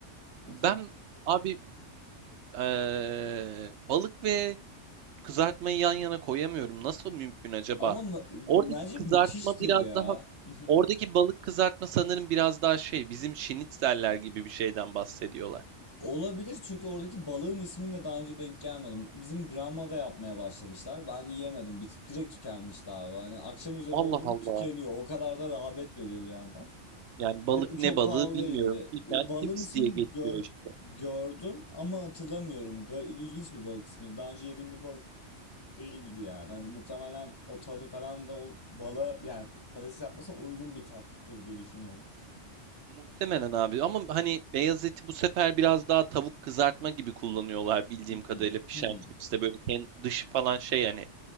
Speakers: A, on the left; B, on the right.
A: <laughs>
B: ben abi eee, balık ve kızartmayı yan yana koyamıyorum. Nasıl mümkün acaba?
A: Ama na-
B: Oradaki
A: bence
B: kızartma
A: müthiştir
B: biraz
A: ya.
B: daha
A: <laughs>
B: oradaki balık kızartma sanırım biraz daha şey bizim şinitzeller gibi bir şeyden bahsediyorlar.
A: Olabilir çünkü oradaki balığın ismini de daha önce denk gelmedim. Bizim Granma'da yapmaya başlamışlar. Ben yiyemedim. Bir, direkt tükenmişti abi. Hani akşam üzeri oldu
B: Allah
A: mu
B: Allah.
A: tükeniyor. O kadar da rağbet görüyor bir yandan.
B: Yani balık
A: Ve çok
B: ne balığı
A: pahalı
B: bilmiyorum.
A: değildi.
B: Fish
A: Ya,
B: and
A: balığın
B: chips
A: ismini
B: diye geçiyor
A: gör,
B: işte.
A: gördüm ama hatırlamıyorum. Ga- İlginç bir balık ismi. Daha önce yediğim bir balık değildi yani. Hani muhtemelen o tadı falan da o bala yani patates yapmasına uygun bir tattır diye düşünüyorum.
B: Muhtemelen abi ama hani beyaz eti bu sefer biraz daha tavuk kızartma gibi kullanıyorlar bildiğim
A: Mhm,
B: kadarıyla fish
A: hmm,
B: and chips'te böyle ken- dışı falan şey hani